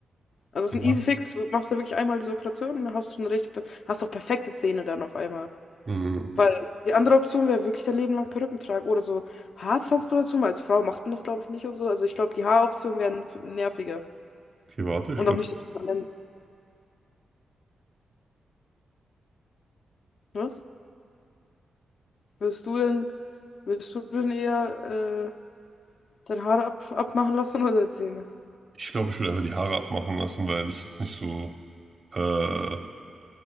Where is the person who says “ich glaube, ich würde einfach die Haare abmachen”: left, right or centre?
Right